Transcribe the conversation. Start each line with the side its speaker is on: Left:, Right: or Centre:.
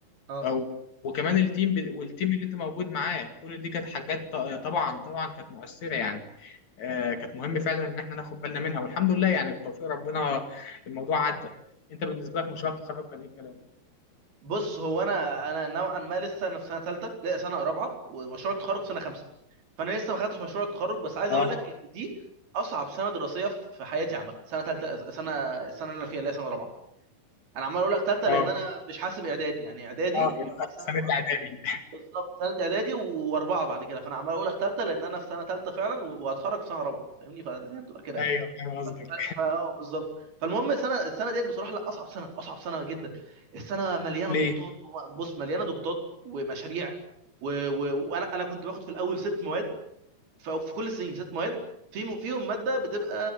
Right: اه
Left: أو وكمان التيم ب... والتيم اللي أنت موجود معاه كل دي كانت حاجات ط- طبعا طبعا كانت مؤثرة يعني آه، كانت مهم فعلا إن إحنا ناخد بالنا منها والحمد لله يعني بتوفيق ربنا الموضوع عدى أنت بالنسبة لك مشروع التخرج كان إيه الكلام؟
Right: بص هو انا انا نوعا ما لسه انا في سنه ثالثه لا سنه رابعه ومشروع التخرج سنه خمسه فانا لسه ما خدتش مشروع التخرج بس عايز
Left: اه
Right: اقول لك ان دي اصعب سنه دراسيه في حياتي عامه سنه ثالثه سنه السنه اللي انا فيها اللي هي سنه رابعه انا عمال اقول لك ثالثه
Left: اه
Right: لان انا مش حاسب اعدادي يعني اعدادي
Left: اه اللي
Right: بيبقى
Left: هو
Right: سنه
Left: سنة
Right: مع...
Left: إعدادي
Right: بالظبط سنه اعدادي واربعه بعد كده فانا عمال اقول لك ثالثه لان انا في سنه ثالثه فعلا وهتخرج في سنه رابعه فاهمني فهي بتبقى
Left: <laughs>
Right: كده يعني
Left: أيوه فاهم قصدك
Right: ف... ف... ف- آه، بالظبط فالمهم السنه السنه ديت بصراحه لا اصعب سنه اصعب سنه جدا السنه مليانه
Left: ليه؟
Right: ضغوطات وم- بص مليانه ضغوطات ومشاريع و... و... وانا انا كنت باخد في الاول ست مواد ف- في كل السنين ست مواد في م- فيهم ماده بتبقى